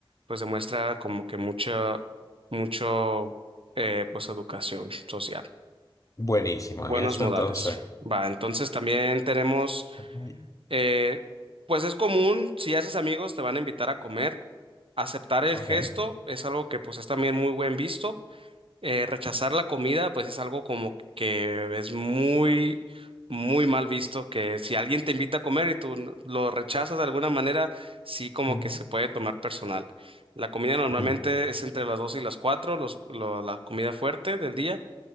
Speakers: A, on the right (about 70°); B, on the left (about 35°).
A: pues demuestra como que mucha, mucho, eh, pues educación social,
B: Buenísimo
A: buenos
B: en eso,
A: modales.
B: entonces.
A: Va, entonces también tenemos
B: Ajá.
A: eh, pues es común, si haces amigos, te van a invitar a comer. Aceptar el
B: Ok.
A: gesto es algo que pues es también muy buen visto. Eh, rechazar la comida, pues es algo como que es muy, muy mal visto, que si alguien te invita a comer y tú n- lo rechazas de alguna manera, sí como
B: Ya.
A: que se puede tomar personal. La comida normalmente
B: Mm.
A: es entre las dos y las cuatro, los, lo- la comida fuerte del día,